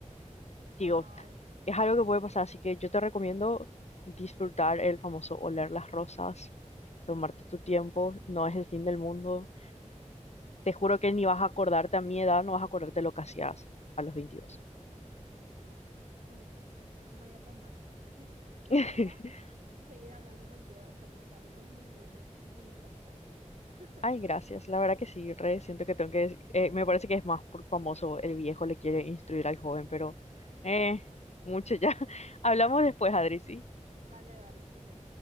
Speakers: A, on the left (about 60°); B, on the right (about 65°).
A: Tío,
B: Wow.
A: es algo que puede pasar, así que yo te recomiendo disfrutar el famoso oler las rosas, tomarte tu tiempo, no es el fin del mundo. Te juro que ni vas a acordarte a mi edad, no vas a acordarte lo que hacías a los 22.
B: Ok, voy a tomarlo. <laughs> Me
A: <laughs>
B: gustaría seguir hablando contigo de esto más tarde. Sos muy buena con estas charlas. <laughs>
A: Ay, gracias. La verdad que sí, re, siento que tengo que... des- eh, me parece que es más por famoso el viejo le quiere instruir al joven, pero eh, mucho ya. <laughs> Hablamos después, Adri, ¿sí?
B: Dale, dale, súper.